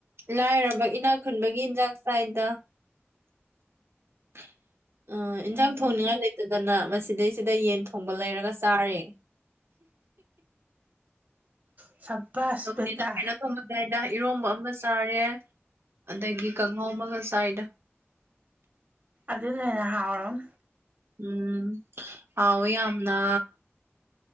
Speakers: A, on the right; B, on the right.
A: ꯂꯥꯏꯔꯕ ꯏꯅꯥꯛ ꯈꯨꯟꯕꯒꯤ ꯏꯟꯖꯥꯡ ꯆꯥꯏꯗ <inaudible> <inaudible> ꯑ ꯏꯟꯁꯥꯡ
B: ꯎꯝ
A: ꯊꯣꯡꯅꯤꯉꯥꯏ ꯂꯩꯇꯗꯅ ꯃꯁꯤꯗꯩꯁꯤꯗ ꯌꯦꯟ ꯊꯣꯡꯕ ꯂꯩꯔꯒ ꯆꯥꯔꯦ <inaudible>
B: ꯁꯕꯥꯁ ꯕꯦꯇꯥ
A: ꯀꯩꯅꫭ ꯊꫭꯡꯕ ꯆꯥꯏꯗ ꯏꯔꯣꯝꯕ ꯑꯃ ꯆꯥꯔꯦ ꯑꯗꯒꯤ ꯀꯥꯡꯍꯧ ꯑꯃꯒ ꯆꯥꯏꯗ
B: ꯑꯗꯨꯅꯦ ꯍꯦꯟ ꯍꯥꯎꯔꯟ
A: ꯎꯝ ꯍꯥꯎꯋꯦ ꯌꯥꯝꯅ